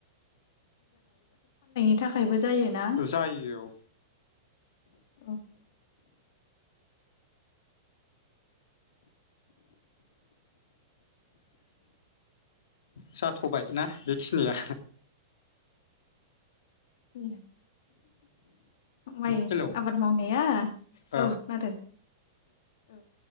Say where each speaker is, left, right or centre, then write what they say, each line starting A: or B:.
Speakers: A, on the left; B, on the left.
A: नि थाखायबो जायोना
B: जायो औ।
A: औ
B: जाथ'बाय ना बेखिनिया?
A: ए। माइ
B: हेलौ
A: आबाद मावनाया
B: ओ
A: औ खोनादों औ।